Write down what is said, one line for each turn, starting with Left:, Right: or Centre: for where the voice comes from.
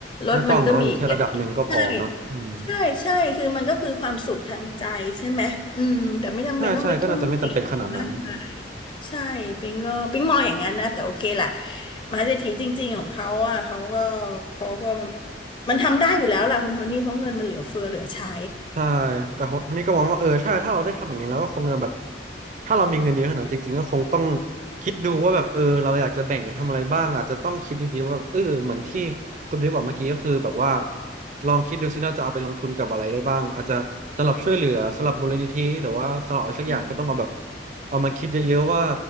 Left: รถมันก็มีอีก
Right: ไม่ต้องเนาะอยู่แค่ระดับหนึ่งก็พอเนาะอืม
Left: ใช่ใช่ใช่คือมันก็คือความสุขทางใจใช่ไหมอืมแต่ไม่จำเป็นต้องไปทุ่มเทอะไรมากมาย
Right: ใช่ใช่ก็น่าจะไม่จำเป็นขนาดนั้น
Left: ใช่ปิงก็ปิงมองอย่างนั้นนะแต่โอเคแหละมหาเศรษฐีจริงๆของเขาอ่ะเขาก็เขาก็มันทำได้อยู่แล้วล่ะคุณโทนี่เพราะเงินมันเหลือเฟือเหลือใช้
Right: ใช่แต่คนนี้ก็มองว่าเออใช่ถ้าเราได้ทำอย่างนี้เราก็คงจะแบบถ้าเรามีเงินเยอะขนาดนั้นจริงๆก็คงต้องคิดดูว่าแบบเออเราอยากจะแบ่งไปทำอะไรบ้างอาจจะต้องคิดดีๆว่าเออเหมือนที่คุณบิ๊กบอกเมื่อกี้ก็คือแบบว่าลองคิดดูซิเราจะเอาไปลงทุนกับอะไรได้บ้างอาจจะสำหรับช่วยเหลือสำหรับมูลนิธิหรือว่าสำหรับอะไรสักอย่างก็ต้องเอาแบบ
Left: อืม
Right: เอามาคิดเยอะๆว่า